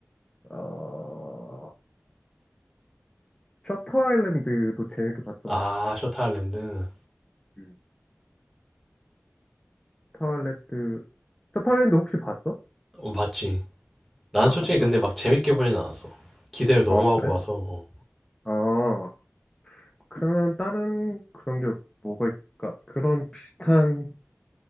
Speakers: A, on the left; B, in the centre.
A: 어, 셔터 아일랜드도 재밌게 봤던
B: 아,
A: 것 같은데.
B: 셔터 아일랜드.
A: 음. 셔터 아일랜드, 셔터 아일랜드 혹시 봤어?
B: 어, 맞지. 난
A: 아,
B: 솔직히
A: 봤어?
B: 근데 막 재밌게 보진 않았어. 기대를 너무
A: 어,
B: 하고
A: 그래?
B: 봐서, 어,
A: 어, 그러면 다른 그런 게 뭐가 있을까? 그런 비슷한